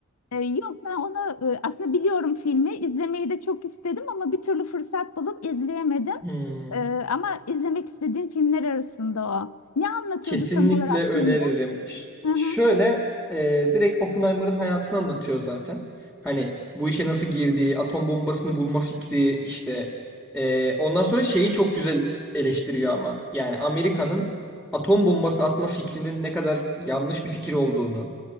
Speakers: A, on the left; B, in the centre.
A: E, yok ben onu e, aslında biliyorum filmi. İzlemeyi de çok istedim ama bir türlü fırsat bulup izleyemedim.
B: Hmm.
A: E, ama izlemek istediğim filmler arasında o. Ne anlatıyordu
B: Kesinlikle
A: tam olarak
B: öneririm.
A: filmde?
B: Ş-
A: Hı hı.
B: Şöyle e, direkt Oppenheimer'ın hayatını anlatıyor zaten. Hani bu işe nasıl girdiği, atom bombasını bulma fikri işte. E, ondan sonra şeyi çok güzel eleştiriyor ama. Yani Amerika'nın atom bombası atma fikrinin ne kadar yanlış bir fikir olduğunu.